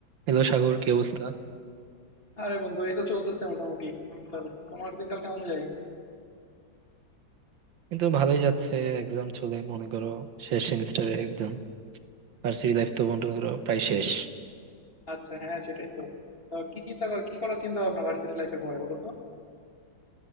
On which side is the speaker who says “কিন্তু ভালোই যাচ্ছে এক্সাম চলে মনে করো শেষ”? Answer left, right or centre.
Right